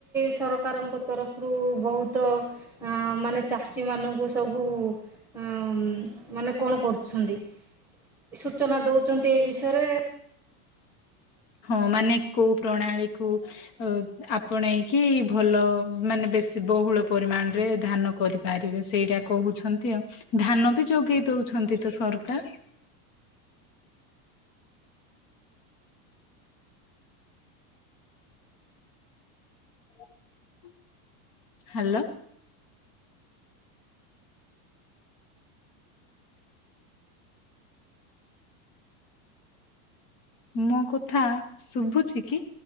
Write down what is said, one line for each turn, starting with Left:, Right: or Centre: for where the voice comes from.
Centre: ସରକାରଙ୍କ ତରଫରୁ ବହୁତ ଅ ମାନେ ଚାଷୀ ମାନଙ୍କୁ ସବୁ ଅ ମାନେ କଣ କରୁଛନ୍ତି ସୂଚନା ଦଉଛନ୍ତି ଏ ବିଷୟରେ
Left: ହଁ ମାନେ କୋଉ ପ୍ରଣାଳୀ କୁ ଅ ଆପଣେଇକି ଭଲ ମାନେ ବେଶୀ ବହୁଳ ପରିମାଣରେ ଧାନ କର ପାରିବେ ସେଇଟା କହୁଛନ୍ତି ଆଉ ଧାନ ବି ଯୋଗେଇ ଦଉଛନ୍ତି ତ ସରକାର। <inaudible> ହ୍ୟାଲୋ। ମୋ କଥା ଶୁଭୁଛି କି